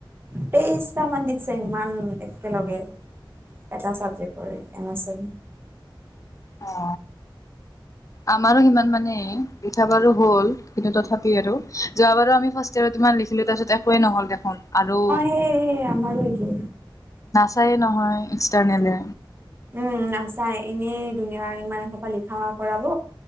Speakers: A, on the right (about 25°); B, on the left (about 40°).
A: তেইশটা মান দিছে ইমান একেলগে। এটা চাবজেক্ট কৰে এন এল
B: অ আমাৰো সিমান মানে লিখা বাৰু হ'ল। কিন্তু তথাপি আৰু যোৱাবাৰো আমি ফাৰ্ষতিয়েৰট ইমান লিখিলো তাৰপিছত একোৱে নহ'ল দেখোন আৰু।
A: সেই আমাৰো এইটো।
B: চায় নহয় এক্সটাৰ্নেলে।
A: উম নাচাই এনেই দুুনীয়া ইমানসোপা লিখা কৰাব।